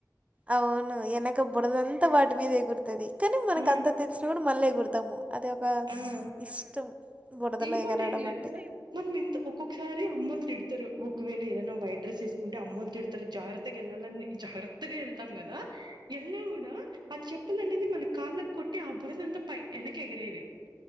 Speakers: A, on the right (about 20°); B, on the right (about 80°).
A: అవును వెనక బురద అంతా వాటి మీద ఎగురుతుంది కానీ మనకు
B: ఆ
A: అంత తెలిసిన కూడా మళ్ళీ ఎగురుతాము అది ఒక
B: ఆ
A: ఇష్టం బురదలో
B: ఇంకోటి
A: ఎగరడం
B: ఏం తెలుసా
A: అంటే
B: మనం ఇంత ఒక్కొక్కసారి అమ్మెలు తిడతారు ఒకవేళ ఏదైనా వైట్ డ్రస్ వేసుకుంటే అమ్మెలు తడు తారు ఇ జాగ్రత్తగా వెళ్ళాలని జాగ్రత్తగా వెళ్తాం కదా వెళ్ళినా కూడా ఆ చెప్పులు అనేది మన కాళ్ళ కొట్టి ఆ బురదంత పై వెనక ఎగిరేది